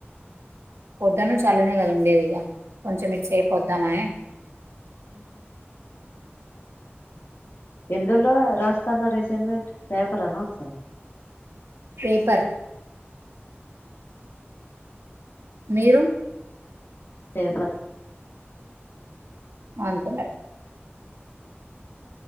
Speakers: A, on the right; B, on the left.
A: పొద్దనుంచి అల్లనే కదా ఉండేది ఇగ కొంచెం మిక్స్ అయిపోదాం అని
B: హ్మ్ హు ఎందులో రాస్తన్నారు ఎస్ హెల్మెట్ బేపరానా వర్స
A: పేపర్ మీరు
B: పేపర్
A: అంతే మరి